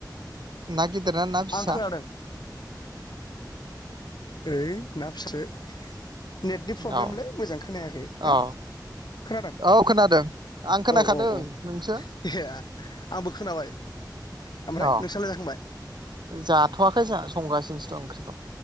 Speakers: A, on the right (about 75°); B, on the left (about 70°).
A: ना गिदिर ना ना फिसा
B: आं खोनादों ओय ना फिसासो नेटनि फ्रब्लेमलै
A: औ
B: मोजां खोनायाखै ना
A: औ
B: खोनादों
A: औ खोनादों आं खोनाखादों
B: औ औ औ
A: नोंसो
B: एहे आंबो खोनाबाय ओमफ्राय
A: अ
B: नोंस्रालाय जाखांबाय
A: जाथ'वाखै जा संगासि <unintelligible>